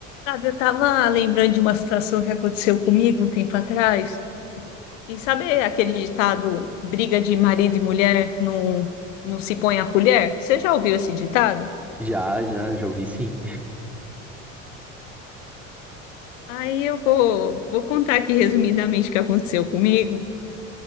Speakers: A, on the left (about 70°); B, in the centre.
A: Sabe, eu tava lembrando de uma situação que aconteceu comigo um tempo atrás. E sabe aquele ditado, briga de marido e mulher não, não se põe a colher? Você já ouviu esse ditado?
B: Já, já, já ouvi sim.
A: Aí eu vou, vou contar aqui resumidamente o que aconteceu comigo.